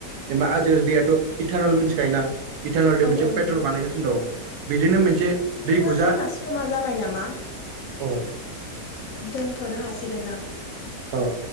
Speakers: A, on the right; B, on the left.
A: जेनेबा आजिखालि दैयाथ इटानल मिथिखायोना इटानलजों
B: औ
A: मोनसे
B: औ नंगौ
A: नो दं बिदिनो मोनसे
B: नोंथां
A: दैखौ जा
B: जोंना समा जाबाय नामा?
A: अ
B: दोनथ नो हासिगोन दां
A: औ